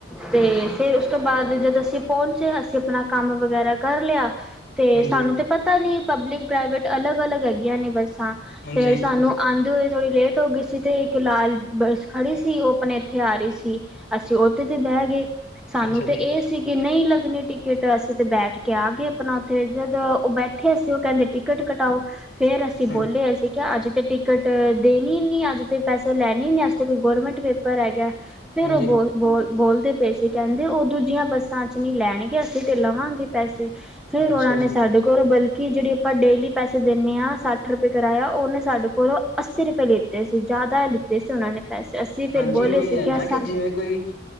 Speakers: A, in the centre; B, on the left (about 50°).
A: ਤੇ ਫੇਰ ਉਸ ਤੋਂ ਬਾਅਦ ਜਦ ਅਸੀਂ ਪੌਚੇ, ਅਸੀਂ ਆਪਣਾ ਕੰਮ ਵਗੈਰਾ ਕਰ ਲੇਆ। ਤੇ
B: ਹਾਂਜੀ
A: ਸਾਨੂੰ ਤੇ ਪਤਾ ਨੀ ਪਬਲਿਕ ਪ੍ਰਾਈਵੇਟ ਅਲੱਗ -ਅਲੱਗ ਹੈਗੀਆਂ ਨੇ ਬੱਸਾਂ
B: ਹਾਂਜੀ
A: ਫੇਰ ਸਾਨੂੰ ਆਂਦੇ ਹੋਏ ਥੋੜੀ ਲੇਟ ਹੋ ਗਈ ਸੀ, ਤੇ ਇੱਕ ਲਾਲ ਬੱਸ ਖੜੀ ਸੀ, ਓਹ ਆਪਣੇ ਇੱਥੇ ਆ ਰਈ ਸੀ। ਅਸੀਂ ਉੱਦੇ ਤੇ ਬਹਿ ਗਏ ਸਾਨੂੰ
B: ਅੱਛਾ
A: ਤੇ
B: ਜੀ
A: ਇਹ ਸੀ ਕਿ ਨਹੀਂ ਲੱਗਣੀ ਟਿਕਟ, ਅਸੀਂ ਤੇ ਬੈਠ ਕੇ ਆ ਗਏ ਆਪਣਾ ਉਤੇ ਜਦ ਉਹ ਬੈਠ ਉੱਥੇ ਅਸੀਂ ਉਹ ਕਹਿੰਦੇ 'ਟਿਕਟ ਕਟਾਓ'ਫੇਰ ਅਸੀਂ
B: ਹ
A: ਬੋਲੇ ਅਸੀ ਕਿਹਾ ਅੱਜ! ਟਿਕਟ ਦੇਣੀ ਨੀ, ਅੱਜ ਤੇ ਪੈਸੇ ਲੈਣੇ ਈ ਨੀ ਅਜ ਤਾਂ ਕੋਈ ਗੌਰਮੈਂਟ ਪੇਪਰ ਹੈਗਾ। ਫੇਰ
B: ਹਾਂਜੀ
A: ਉਹ ਬੋਲ ਬੋਲ ਬੋਲਦੇ ਪੈਏ ਸੀ ਕਹਿੰਦੇ ਉਹ ਦੂਜੀਆਂ ਬੱਸਾਂ ਚ ਨਹੀਂ ਲੈਣਗੇ ਅਸੀਂ ਤੇ ਲਵਾਂਗੇ ਪੈਸੇ। ਫੇਰ
B: ਅੱਛਾ
A: ਉਹਨਾਂ ਨੇ
B: ਜੀ
A: ਸਾਡੇ ਕੋਲ ਬਲਕਿ ਜਿਹੜੀ ਆਪਾਂ ਡੇਲੀ ਪੈਸੇ ਦਿੰਨੇ ਹਾਂ ਸੱਠ ਰੁਪਏ ਕਰਾਇਆ ਉਹਨੇ ਸਾਡੇ ਕੋਲ ਅੱਸੀ ਰੁਪਏ ਲਿੱਤੇ ਸੀ ਜ਼ਿਆਦਾ ਲਿਤੇ ਸੀ ਉਹਨਾਂ ਨੇ ਪੈਸੇ ਅਸੀਂ ਫਿਰ
B: ਹਾਂਜੀ
A: ਬੋਲੇ
B: ਉਹੀ
A: ਸੀ
B: ਹੈ
A: ਕਿ
B: ਨਾ
A: ਐਸਾ
B: ਕਿ ਜਿਵੇਂ ਕੋਈ